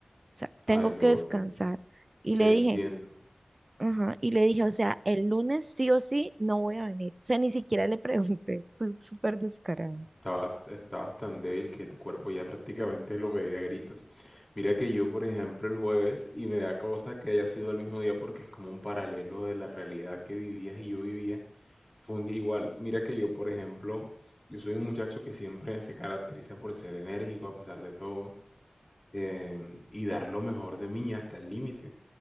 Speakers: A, on the right; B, on the left.
A: O sea, tengo
B: Ay, Lore,
A: que descansar. Y
B: te
A: le
B: entiendo.
A: dije, ajá, y le dije, o sea, el lunes sí o sí no voy a venir. O sea, ni siquiera le pregunté. <laughs> Fue súper descarado.
B: Estabas, estabas tan débil que tu cuerpo ya prácticamente lo pedía a gritos. Mira que yo, por ejemplo, el jueves, y me da cosa que haya sido el mismo día porque es como un paralelo de la realidad que vivías y yo vivía, fue un día igual. Mira que yo, por ejemplo, yo soy un muchacho que siempre se caracteriza por ser enérgico a pesar de todo, em, y dar lo mejor de mí hasta el límite.